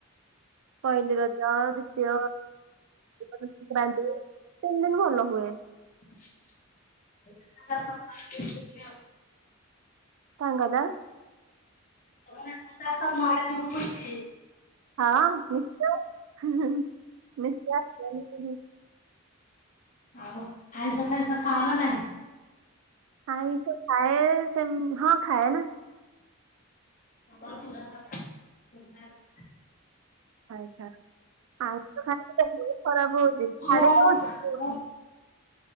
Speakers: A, on the right (about 70°); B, on the left (about 40°).
A: ପହିଲ ରଜ୍ ଜ ଦ୍ୱିତୀୟ ରଜ ସଂକ୍ରାନ୍ତି, ତିନି ଦିନ ଭଲ ହୁଏ।
B: <inaudible>
A: କଙ୍ଗନା।
B: ତମର <inaudible> ଆଡ଼େ ଯିବୁ ବୁଲ୍ଲୀ।
A: ହଁ, ନିଶ୍ଚୟ ହଁ-ହଁ ନିଶ୍ଚୟ ଆସିବ। ନି <unintelligible>
B: ଆଉ, ଆଇଁଷ ଫାଇଁଷ ଖାଅନା ନାହିଁ?
A: ଆଇଁଷ ଖାଏ-ଏ ସେମ୍ ହଁ ଖାଏନା।
B: ତମେ ପୁରା ସାଧା <inaudible>
A: ଆଚ୍ଛା, ଆଇଁଷ ଖାଇଦେଲେ ଦେହ ଖରାପ ହଉଛି,
B: ମୁଁ
A: ଛାଡିଦଉଛି
B: ମୁଁ